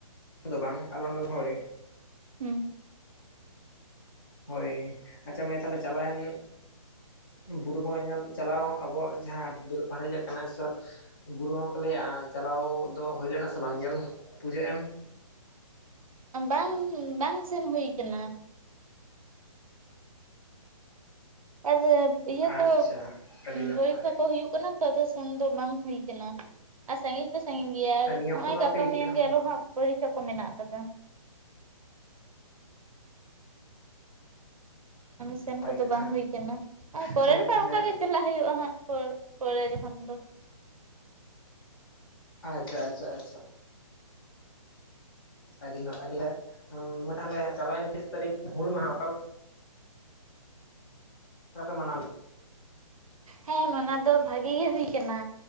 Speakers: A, on the left; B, on the right.
A: ᱫᱚ ᱵᱟᱝ ᱟᱞᱮ ᱚᱸᱰᱮ ᱦᱳᱭ
B: ᱦᱩᱸ᱾
A: ᱦᱳᱭ ᱟᱪᱪᱷᱟ ᱢᱮ ᱛᱟᱦᱚᱞᱮ ᱪᱟᱞᱟᱣᱮᱱ ᱵᱩᱨᱩ ᱵᱚᱸᱜᱟ ᱧᱮᱞ ᱪᱟᱞᱟᱣ ᱟᱵᱚᱣᱟᱜ ᱡᱟᱦᱟᱸ ᱵᱮᱞᱯᱟᱦᱟᱲᱤᱟᱜ ᱠᱟᱱᱟ ᱥᱟ. ᱨ ᱵᱩᱨᱩ ᱦᱚᱸᱠᱚ ᱞᱟᱹᱭᱟ ᱪᱟᱞᱟᱣ ᱫᱚ ᱦᱩᱭ ᱞᱮᱱᱟ ᱥᱮ ᱵᱟᱝ ᱧᱮᱞ ᱯᱩᱡᱟᱹᱜ ᱮᱢ
B: ᱵᱟᱝ ᱵᱟᱝ ᱥᱮᱱ ᱦᱩᱭ ᱟᱠᱟᱱᱟ ᱟᱨ ᱤᱭᱟᱹ
A: ᱟᱪᱪᱷᱟ
B: ᱠᱚ
A: ᱟᱹᱰᱤ ᱱᱟᱯᱟᱭ
B: ᱯᱚᱨᱤᱠᱠᱷᱟ ᱠᱚ ᱦᱩᱭᱩᱜ ᱠᱟᱱᱟ᱾ ᱛᱚ ᱫᱚ ᱥᱮᱱ ᱫᱚ ᱵᱟᱝ ᱦᱩᱭ ᱠᱟᱱᱟ ᱟᱨ ᱥᱟᱺᱜᱤᱧ ᱛᱚ ᱥᱟᱺᱜᱤᱧ ᱜᱮᱭᱟ, ᱟᱨ
A: ᱱᱤᱭᱟᱹ
B: ᱱᱚᱜᱼᱚᱭ
A: ᱚᱠᱛᱚ ᱫᱚ
B: ᱜᱟᱯᱟ
A: ᱟᱯᱮ
B: ᱢᱮᱭᱟᱝ
A: ᱱᱟᱯᱟᱭ
B: ᱜᱮ ᱟᱨᱚ ᱦᱟᱸᱜ ᱯᱚᱨᱤᱠᱷᱟ ᱠᱚ ᱢᱮᱱᱟᱜ ᱠᱟᱫᱟ᱾ ᱠᱟᱢᱤ ᱥᱮᱱ ᱠᱚᱫᱚ
A: ᱠᱟᱛᱷᱟ
B: ᱵᱟᱝ ᱦᱩᱭ ᱠᱟᱱᱟ ᱯᱚᱨᱮ
A: ᱟᱪᱪᱷᱟ ᱢᱟᱹᱭ
B: ᱨᱮ
A: ᱛᱟᱦᱚᱞᱮ
B: ᱚᱱᱠᱟ ᱜᱮ ᱪᱟᱞᱟᱜᱼᱟ ᱦᱩᱭᱩᱜᱼᱟ ᱦᱟᱸᱜ ᱯᱚᱨ ᱯᱚᱨᱮ ᱡᱚᱠᱷᱚᱱ ᱫᱚ᱾
A: ᱟᱪᱪᱷᱟ ᱟᱪᱪᱷᱟ ᱟᱪᱪᱷᱟ᱾ ᱟᱹᱰᱤ ᱱᱟ ᱟᱹᱰᱤ ᱛᱟᱦᱞᱮ ᱪᱟᱞᱟᱣᱮᱱ ᱛᱤᱥ ᱛᱟᱹᱨᱤᱠᱷ ᱦᱩᱞ ᱢᱟᱦᱟ ᱚᱠᱟᱞᱮ ᱪᱮᱫ ᱞᱮᱠᱟᱯᱮ ᱢᱟᱱᱟᱣ
B: ᱦᱮᱸ ᱚᱱᱟ ᱫᱚ ᱵᱷᱟᱜᱤ ᱜᱮ ᱦᱩᱭ ᱠᱟᱱᱟ,